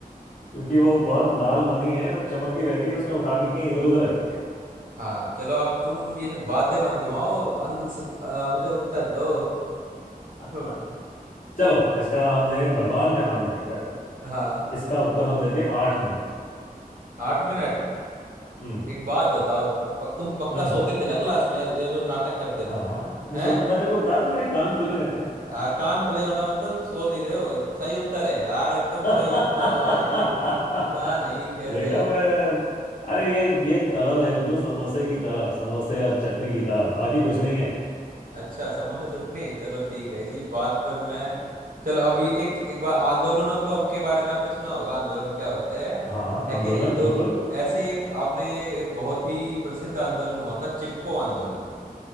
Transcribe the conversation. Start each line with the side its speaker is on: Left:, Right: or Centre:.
Left: क्योंकि वो बहुत लाल मणि है वो चमकती रहती है उसने उठा के कहीं इधर उधर रख दिया
Right: हाँ चलो अब तुम ये बातें मत घुमाओ आंस, आ, मुझे उत्तर दो
Left: <laughs>
Right: <laughs>
Left: चलो इसका हमने भगवान का नाम लेकर
Right: हाँ
Left: इसका उत्तर हम देते हैं आठ मिनट
Right: आठ मिनट
Left: हम्म
Right: एक बात बताओ पक तुम पक्का
Left: हम्म
Right: सोते थे ना क्लास में या, या बस नाटक करते
Left: हाँ
Right: थे
Left: नहीं
Right: हैं
Left: सोचा मैं तेरे को बता दूं मेरे कान खुले रहते हैं
Right: आ, कान खुले होना मतलब सो नहीं रहे हो सही उत्तर है यार एकदम
Left: <laughs> देखा
Right: सही उत्तर है भाई पता नहीं कैसे
Left: फिर अरे ये ये तलब है गुरु समोसे की तलब समोसे और चटनी की तलब बाकी कुछ नहीं है
Right: अच्छा समोसा चटनी चलो ठीक है इसी बात पर मैं चलो अभी एक एक बार आंदोलनों को के बारे में आपने सुना होगा आंदोलन क्या होते हैं
Left: हाँ
Right: है कि
Left: आंदोलन
Right: नहीं तो
Left: बिल्कुल
Right: ऐसे ही एक आपने ये एक बहुत ही प्रसिद्ध आंदोलन हुआ था चिपको आंदोलन